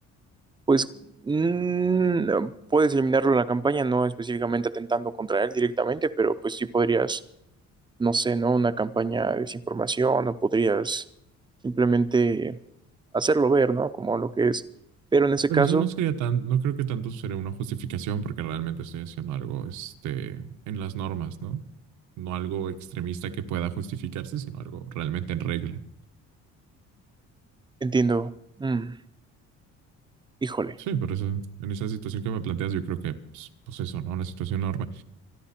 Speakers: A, on the right; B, on the right.
A: Pues mm, puedes eliminarlo en la campaña, no específicamente atentando contra él directamente, pero pues sí podrías, no sé, ¿no? Una campaña de desinformación o podrías simplemente hacerlo ver, ¿no? Como lo que es. Pero en ese
B: Pero
A: caso,
B: eso no sería tan, no creo que tanto sería una justificación porque realmente estoy haciendo algo, este, en las normas, ¿no? No algo extremista que pueda justificarse, sino algo realmente en regla.
A: entiendo, mm, híjole.
B: Sí, por eso, en esa situación que me planteas, yo creo que, pues, pues eso, ¿no? Una situación normal.